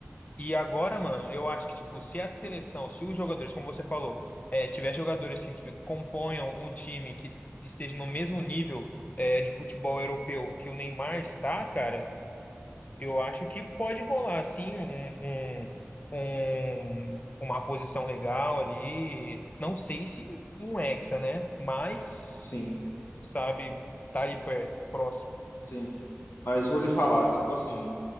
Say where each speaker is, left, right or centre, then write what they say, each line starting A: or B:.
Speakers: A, on the left; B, on the left.
A: E agora, mano, eu acho que, tipo, se a seleção, se os jogadores, como você falou, é, tiver jogadores que tipo, componham um time que esteja no mesmo nível, é, de futebol europeu que o Neymar está, cara, eu acho que pode rolar, assim, um, um- um- uma posição legal ali. Não sei se um hexa, né? Mas,
B: Sim,
A: sabe, tá ali perto, próximo.
B: sim. Mas vou lhe falar, tipo assim,